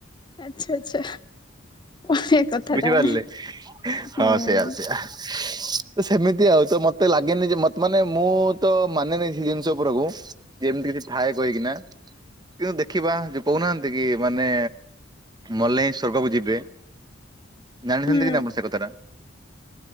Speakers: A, on the left; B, on the right.
A: ଆଚ୍ଛା ଆଚ୍ଛା। ବଢିଆ କଥା
B: ବୁଝିପାରିଲେ?
A: ତାହେଲେ ହୁଁ
B: ହଁ ସେଇୟାର ସେୟ ତ ସେମିତି ଆଉ ତ ମତେ ଲାଗେନି ଯେ ମତେ ମାନେ ମୁଁ ତ ମାନେନିଁ ସେ ଜିନିଷ ଉପରକୁ ଯେମିତି କିଛି ଥାଏ କହିକିନା। କିନ୍ତୁ ଦେଖିବା ଯୋଉ କହୁନାହାନ୍ତି କି ମାନେ ମଲ ହିଁ ସ୍ଵର୍ଗକୁ ଯିବେ। ଜାଣିଛନ୍ତି
A: ହୁଁ।
B: ନା ସେ କଥା ତା